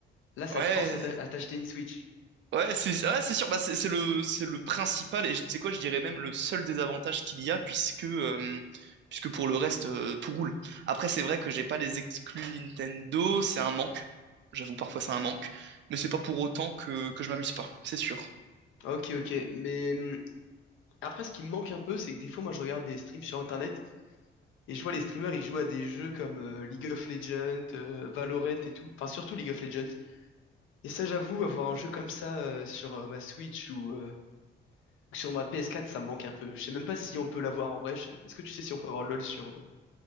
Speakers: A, on the left; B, on the right.
A: là, ça
B: Ouais,
A: te force à t'a- à t'acheter une Switch.
B: Ouais, c'est ouais, c'est sûr. Bah, c'est c'est le, c'est le principal et je- tu sais quoi, je dirais même le seul désavantage qu'il y a puisque, euh, puisque pour le reste, euh, tout roule. Après, c'est vrai que j'ai pas les exclus Nintendo, c'est un manque. J'avoue, parfois c'est un manque. Mais c'est pas pour autant que, que je m'amuse pas, c'est sûr.
A: Ok, ok. Mais hum, après, ce qui me manque un peu, c'est que des fois, moi, je regarde des streams sur Internet Et je vois les streamers, ils jouent à des jeux comme euh, League of Legends, euh, Valorant et tout. Enfin, surtout League of Legends. Et ça, j'avoue, avoir un jeu comme ça euh, sur euh, ma Switch ou euh, sur ma PS4, ça me manque un peu. Je sais même pas si on peut l'avoir en vrai. Je- Est-ce que tu sais si on peut avoir LoL sur, euh,